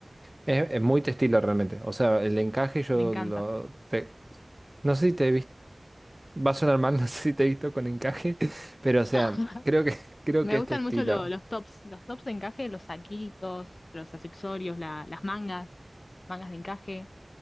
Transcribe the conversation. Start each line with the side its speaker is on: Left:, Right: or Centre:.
Right: Es, es muy textil realmente. O sea, el encaje yo
Left: Me encanta.
Right: lo te- no sé si te Va a sonar mal, <laughs> no sé si te he visto con encaje, pero o sea,
Left: <laughs>
Right: creo que, <laughs> creo
Left: Me
Right: que
Left: gustan
Right: este estilo,
Left: mucho lo- los tops, los tops de encaje, los saquitos, los accesorios, la- las mangas, mangas de encaje.